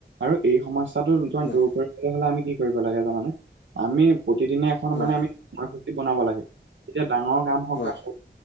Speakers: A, on the right; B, on the left.
A: আৰু এই সমস্যাৰটোৰ
B: হয়
A: দূৰ কৰি তেতিয়া হ'লে আমি কি কৰিব লাগে জানানে, আমি প্ৰতিদিনে এখন
B: হয়
A: মানে আমি <unintelligible> বনাব লাগে। তেতিয়া ডাঙৰ কাম হওক
B: হয়
A: বা